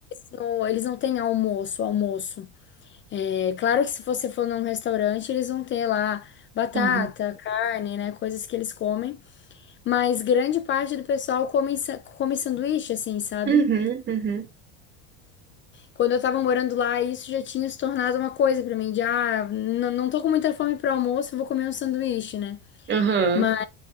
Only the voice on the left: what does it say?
não, eles não têm almoço, almoço. É claro que se você for num restaurante, eles vão ter lá batata,
carne, né? Coisas que eles comem. Mas grande parte do pessoal come, sa- come sanduíche, assim, sabe?
Quando eu tava morando lá, isso já tinha se tornado uma coisa pra mim, de ah, n- não tô com muita fome pro almoço, eu vou comer um sanduíche, né?
Mas